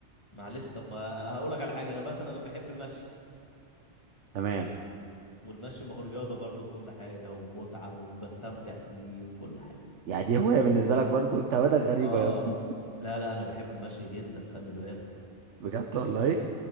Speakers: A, on the left; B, on the right.
A: معلش طب ما هقول لك على حاجه انا مثلا انا بحب المشي
B: تمام
A: والمشي ما هو رياضة برضه وكل حاجة ومتعة وبستمتع فيه وكل حاجة
B: يعني دي هوايه بالنسبه لك برضو انت هوايتك غريبه
A: اه
B: يا اسطى
A: لا لا انا بحب المشي جدا خلي بالك
B: بجد والله ايه